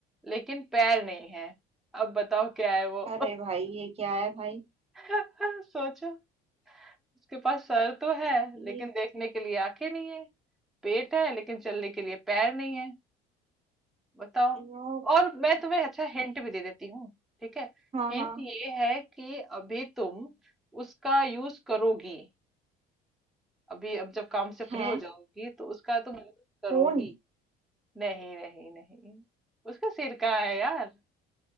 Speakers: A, in the centre; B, on the right.
A: लेकिन पैर नहीं है अब बताओ क्या है वो
B: अरे भाई ये क्या है भाई
A: <laughs> सोचो उसके पास सर तो है
B: ये
A: लेकिन देखने के लिए आंखें नहीं है पेट है लेकिन चलने के लिए पैर नहीं है बताओ
B: यार
A: और मैं तुम्हें अच्छा हिंट भी दे देती हूँ ठीक है
B: हाँ
A: हिंट
B: हाँ
A: ये है कि अभी तुम उसका यूज करोगी अभी अब जब काम से फ्री
B: है
A: हो जाओगी तो उसका तुम यूज करोगी
B: फोन
A: नहीं नहीं नहीं उसका सिरका है यार